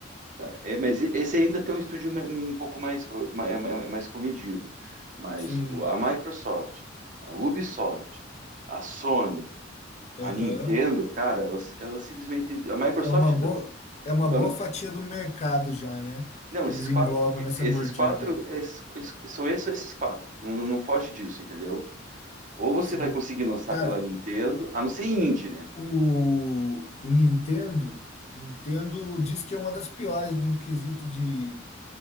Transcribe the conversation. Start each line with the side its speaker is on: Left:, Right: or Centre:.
Right: Tá, é, mas esse ainda tem um estúdio um pouco mais, co- é- é- é mais comedido. Mas
Left: Sim.
Right: o- a Microsoft, a Ubisoft, a Sony,
Left: Aham.
Right: a Nintendo, cara, elas, elas simplesmente. A Microsoft.
Left: É uma boa,
Right: do-
Left: é uma
Right: da-
Left: boa fatia do mercado já, né?
Right: não,
Left: Que
Right: esses
Left: eles englobam
Right: quatro.
Left: nessa
Right: Esses
Left: mordida
Right: quatro.
Left: aí.
Right: esses- esses- são esses, são esses quatro. Não, não- não foge disso, entendeu? Ou você
Left: Sim.
Right: vai conseguir lançar
Left: Cara,
Right: pela Nintendo, a não ser indie, né?
Left: o, o Nintendo, Nintendo diz que é uma das piores no quesito de